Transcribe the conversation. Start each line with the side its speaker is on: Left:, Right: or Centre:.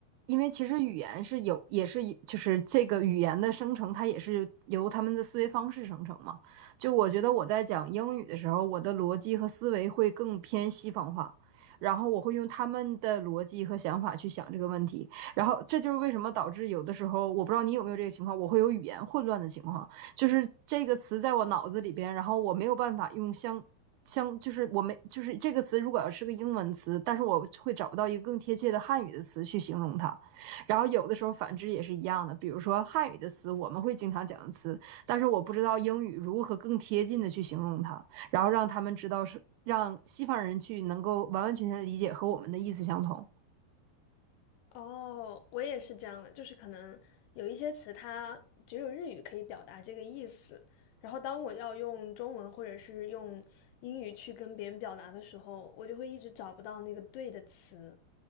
Right: 因为其实语言是有，也是就是这个语言的生成，它也是由他们的思维方式生成嘛。就我觉得我在讲英语的时候，我的逻辑和思维会更偏西方化，然后我会用他们的逻辑和想法去想这个问题，然后这就是为什么导致有的时候，我不知道你有没有这个情况，我会有语言混乱的情况，就是这个词在我脑子里边，然后我没有办法用相像就是我们就是这个词，如果要是个英文词，但是我会找不到一个更贴切的汉语的词去形容它。然后有的时候反之也是一样的，比如说汉语的词我们会经常讲的词，但是我不知道英语如何更贴近的去形容它，然后让他们知道是让西方人去能够完完全全的理解和我们的意思相同。
Left: 哦，我也是这样的，就是可能有一些词它只有日语可以表达这个意思，然后当我要用中文或者是用英语去跟别人表达的时候，我就会一直找不到那个对的词。